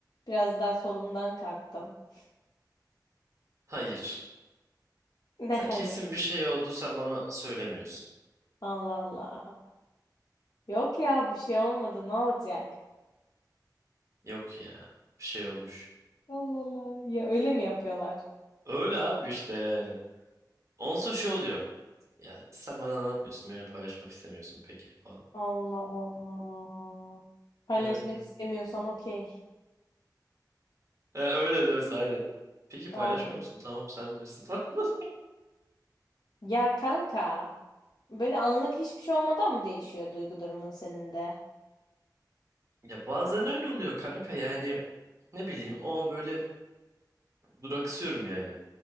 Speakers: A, on the left (about 65°); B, on the right (about 45°).
A: biraz daha solumdan kalktım. <laughs>
B: Hayır.
A: Ne
B: Sen
A: hayır
B: kesin bir şey oldu sen bana söylemiyorsun.
A: Allah Allah. Yok ya bir şey olmadı ne olacak?
B: Yok ya. Bir şey olmuş.
A: Allah Allah. Ya öyle mi yapıyorlar?
B: Öyle abi işte yani. Ondan sonra şey oluyor. Ya sen bana anlatmıyorsun. Benimle paylaşmak istemiyorsun peki falan.
A: Allah Allah. Paylaşmak
B: Aynen.
A: istemiyorsan okey.
B: E, öyle diyorsun aynen. Peki paylaşmıyor
A: An-
B: musun? Tamam sen bilirsin falan. <laughs>
A: ya kanka böyle anlık hiçbir şey olmadan mı değişiyor duygu durumun senin de?
B: Ya bazen öyle oluyor kanka yani. Ne bileyim o an böyle duraksıyorum yani.